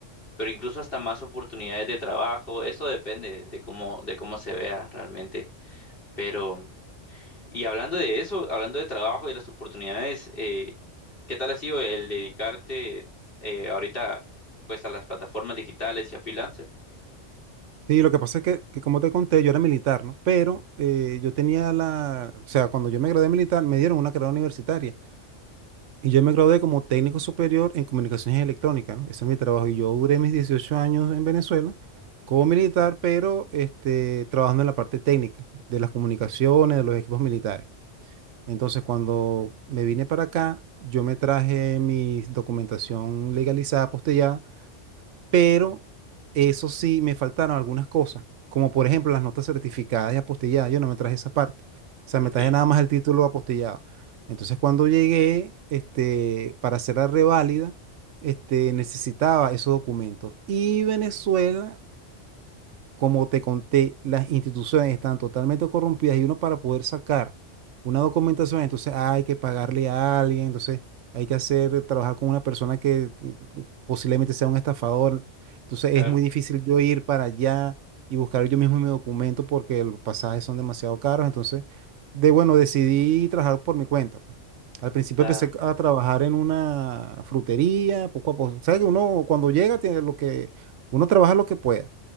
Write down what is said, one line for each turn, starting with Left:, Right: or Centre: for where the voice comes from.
Left: pero incluso hasta más oportunidades de trabajo, eso depende de cómo, de cómo se vea realmente. Pero, y hablando de eso, hablando de trabajo y las oportunidades, eh, ¿qué tal ha sido el dedicarte eh, ahorita pues a las plataformas digitales y a freelancer?
Right: Sí, lo que pasa es que, que como te conté, yo era militar, ¿no? Pero eh, yo tenía la, o sea, cuando yo me gradué de militar, me dieron una carrera universitaria y yo me gradué como técnico superior en comunicaciones electrónicas, ¿no? Ese es mi trabajo y yo duré mis 18 años en Venezuela como
Left: Ujú,
Right: militar, pero este, trabajando en la parte técnica de las comunicaciones, de los equipos militares. Entonces, cuando me vine para acá, yo me traje mi documentación legalizada, postillada pero eso sí, me faltaron algunas cosas, como por ejemplo las notas certificadas y apostilladas, yo no me traje esa parte, o sea, me
Left: ok
Right: traje nada más el título apostillado. Entonces cuando llegué, este, para hacer la reválida, este, necesitaba esos documentos. Y Venezuela como te conté, las instituciones están totalmente corrompidas y uno para poder sacar una documentación, entonces hay que pagarle a alguien, entonces hay que hacer, trabajar con una persona que mm, mm, posiblemente sea un estafador. Entonces
Left: Claro,
Right: es muy difícil yo ir para allá y buscar yo mismo mi documento porque los pasajes son demasiado caros. Entonces, de bueno, decidí trabajar por mi cuenta. pues. Al principio
Left: claro,
Right: empecé a trabajar en una frutería, poco a poco. O sea que uno cuando llega tiene lo que, uno trabaja lo que pueda.